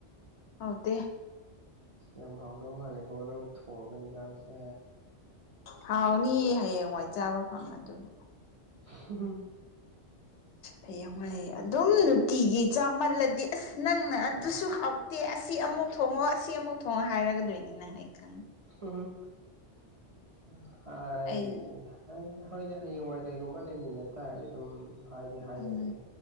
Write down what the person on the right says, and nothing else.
ꯌꯥꯝ ꯍꯥꯎꯗꯧ ꯃꯥꯜꯂꯦꯀꯣ ꯅꯪꯅ ꯊꯣꯡꯕ ꯏꯟꯖꯥꯡꯁꯦ
ꯍꯍꯨꯝ
ꯇꯨ
ꯍꯣꯏ
ꯍꯨꯝ ꯍꯨꯝ ꯎꯝ ꯍꯥꯏ
ꯍꯥꯏꯗꯤ ꯍꯣꯏꯗ ꯍꯌꯦꯡꯋꯥꯏ ꯀꯩꯒꯨꯝꯕ ꯂꯩꯃꯤꯟꯅ ꯇꯥꯔꯗꯤ ꯑꯗꯨꯝ ꯍꯥꯏꯗꯤ ꯍꯥꯏꯒꯅꯤꯗ